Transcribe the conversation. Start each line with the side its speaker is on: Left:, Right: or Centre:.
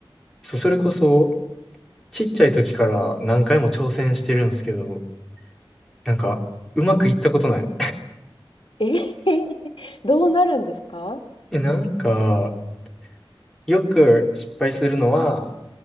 Centre: そ、それこそ、ちっちゃい時から何回も挑戦してるんですけど、なんか、うまくいったことない。
Left: え、<laughs> どうなるんですか
Centre: <laughs> え、なんか、よく失敗するのは、